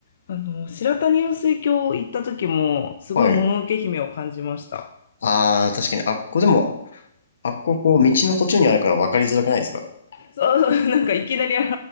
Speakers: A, on the left; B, on the left.
A: あの、白谷雲水峡行った時も、すごいもののけ姫を感じました。
B: はい。ああ、確かにあっこでもあっこ、こう、道の途中にあるから分かりづらくないですか
A: そうそう、なんかいきなり現